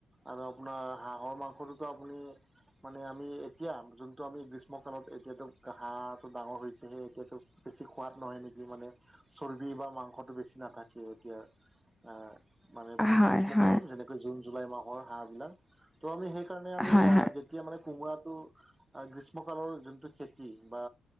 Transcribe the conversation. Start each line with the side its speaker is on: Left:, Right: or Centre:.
Right: আৰু আপোনাৰ হাঁহৰ মাংসটোতো আপুনি মানে আমি এতিয়া যোনটো আমি গ্ৰীষ্মকালত এতিয়াতো হাঁহ-টো ডাঙৰ হৈছেহে এতিয়াতো বেছি সোৱাদ নহয় নেকি মানে চৰ্বি বা মাংসটো বেছি নাথাকে এতিয়া অ মানে
Centre: হয়
Right: গ্ৰীষ্মকালত
Centre: হয়
Right: যেনেকৈ জুন, জুলাই মাহৰ হাঁহবিলাক ত' আমি সেইকাৰণে আমি
Centre: হয় হয়
Right: এতিয়া মানে কোমোৰাটো গ্ৰীষ্মকালৰ যোনটো খেতি বা